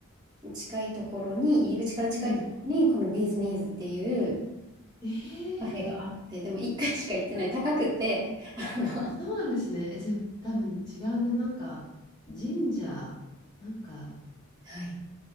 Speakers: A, on the right; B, on the left.
A: 近いところに、入り口から近いところに、
B: うんうん。
A: このビーズニーズっていう
B: えー
A: カフェがあって、でも一回しか行ってない、高くて、<laughs> あの、
B: そうなんですね。え、じゃあ、多分違うな。なんか、神社、なんか、
A: はい、